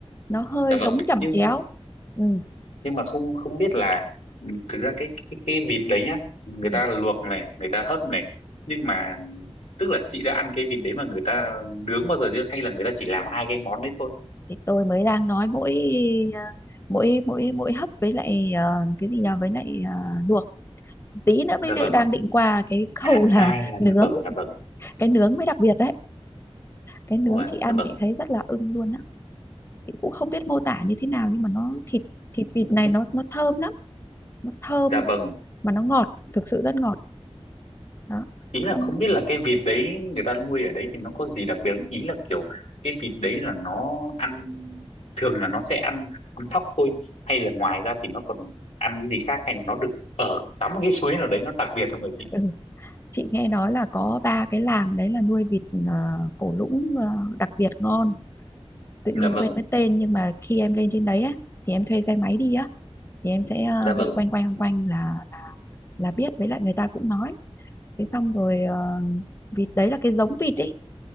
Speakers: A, on the left; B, on the left.
A: nó hơi
B: dạ
A: giống
B: vâng
A: chẩm
B: nhưng
A: chéo ừ.
B: nhưng mà không không biết là ừ, thực ra cái cái cái vịt đấy nhá người
A: ừ.
B: ta luộc này người ta hấp này nhưng mà tức là chị đã ăn cái vịt đấy mà người ta nướng bao giờ chưa hay là người ta chỉ làm hai cái món đấy thôi
A: thì tôi mới đang nói mỗi ờ, mỗi mỗi mỗi hấp với lại ờ, cái gì nhỉ với lại ờ, luộc tí nữa
B: dạ
A: mới tự
B: vâng
A: đang định qua cái khâu
B: à
A: là <laughs>
B: dạ
A: nướng
B: vâng dạ vâng
A: cái nướng mới đặc biệt đấy cái nướng
B: Ôi,
A: chị ăn
B: dạ vâng
A: chị thấy rất là ưng luôn chị cũng không biết mô tả như thế nào nhưng mà nó thịt thịt vịt này nó nó thơm lắm nó thơm
B: dạ vâng
A: mà nó ngọt thực sự rất ngọt đó
B: ý là
A: xong
B: không biết là cái vịt đấy người ta nuôi ở đấy thì nó có gì đặc biệt không? ý là kiểu cái vịt đấy là nó ăn thường là nó sẽ ăn ăn thóc thôi hay là ngoài ra thì nó còn ăn cái gì khác hay là nó được ở tắm cái suối nào đấy nó đặc biệt không người chị
A: ừ, chị nghe nói là có ba cái làng đấy là nuôi vịt ờ, cổ lũng ờ, đặc biệt ngon tự
B: dạ
A: nhiên
B: vâng
A: quên mất tên nhưng mà khi em lên trên đấy á thì em thuê xe máy đi á thì em sẽ ờ,
B: dạ vâng
A: đi quanh quanh quanh quanh là là biết với lại người ta cũng nói thế xong rồi ờ, vịt đấy là cái giống vịt ý